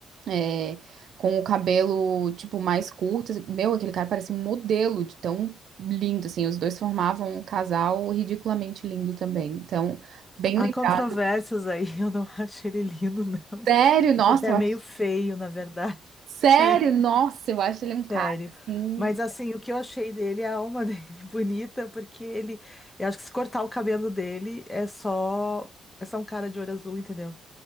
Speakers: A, on the right; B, on the left.
A: é, com o cabelo, tipo, mais curto. assim, Meu, aquele cara parecia um modelo de tão lindo, assim. Os dois formavam um casal ridiculamente lindo também. Então, bem
B: há
A: lembrado.
B: controvérsias aí, <laughs> eu não acho ele lindo, não.
A: Sério, nossa,
B: Acho até
A: eu
B: meio
A: acho,
B: feio, na verdade. <laughs>
A: sério,
B: É,
A: nossa, eu acho ele um cara,
B: sério.
A: assim,
B: Mas assim, o que eu achei dele é a alma <laughs> dele bonita, porque ele. Eu acho que se cortar o cabelo dele é só. É só um cara de olho azul, entendeu?